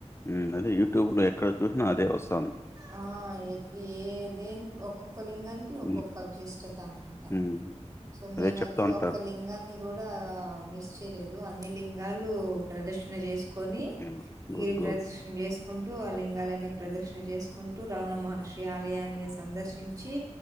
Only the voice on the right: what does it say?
ఆ ఎ ఏ ఏ దేన్కి ఒక్కొక్క లింగానికి ఒక్కొక్క
విశిష్టత అన్మాట
సొ మేమైతే
ఒక్క లింగాన్ని గూడా మిస్. తెలేదు అన్ని లింగాలు ప్రదక్షిణ జేస్. కొని
గిరి
ప్రదష్ణ్ జేస్. కుంటూ ఆ లింగాలన్నీ ప్రదక్షిణ జేస్. కుంట రవణమహర్షి ఆలయాన్ని సందర్శించి.